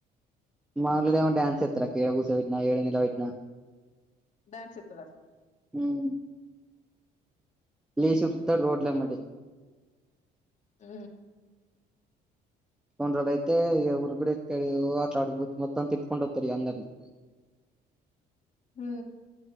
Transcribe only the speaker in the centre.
మాదిగామె డాన్స్ ఎస్తారక్క ఏడ కూసోబెట్టిన ఏడ నిలబెట్టిన
హుమ్ లేశీ
ఉర్కుతడు రోడ్ల ఎంబటి
కొంటోడయితే ఇగ ఊరుగుడే తెల్ల అట్లాటి గుత్తి మొత్తం తిప్పుకుంట ఒత్తడు అందరిని